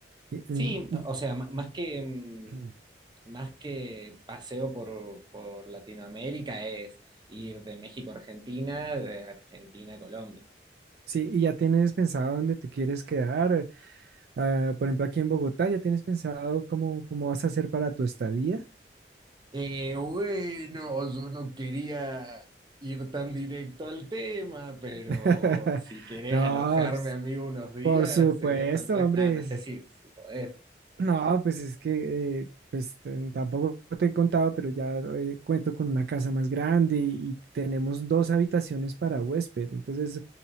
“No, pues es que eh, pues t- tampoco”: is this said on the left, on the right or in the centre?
Right